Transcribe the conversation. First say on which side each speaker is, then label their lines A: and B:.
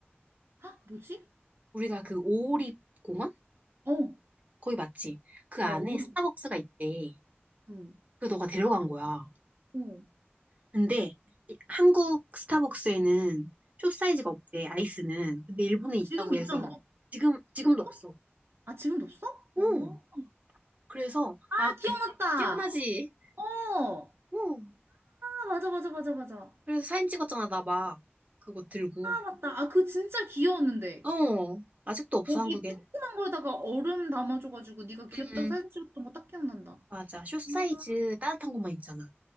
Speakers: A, on the right; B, on the right.
A: 아, 뭐지?
B: 우리가 그 오리 공원?
A: 어,
B: 거기 맞지? 그 안에
A: 어, 오래,
B: 스타벅스가 있대.
A: 응,
B: 그 너가 데려간 거야.
A: 어.
B: 근데 이- 한국 스타벅스에는 숏 사이즈가 없대, 아이스는. 근데 일본에 있다고
A: 지금 있잖아.
B: 해서 지금, 지금도
A: 없어?
B: 없어.
A: 아, 지금도 없어? 어.
B: 응, 그래서,
A: 아,
B: 아,
A: 기억났다!
B: 기억나지?
A: 어!
B: 응.
A: 아, 맞아, 맞아, 맞아, 맞아.
B: 그래서 사진 찍었잖아, 나 막. 그거 들고.
A: 맞다. 아, 그 진짜 귀여웠는데.
B: 어, 아직도 없어,
A: 거기
B: 한국엔.
A: 조그만 거에다가 얼음 담아줘가지고 네가 귀엽다고
B: 응, 응.
A: 사진 찍었던 거 딱 기억난다.
B: 맞아. 숏 사이즈
A: 아,
B: 따뜻한 것만 있잖아.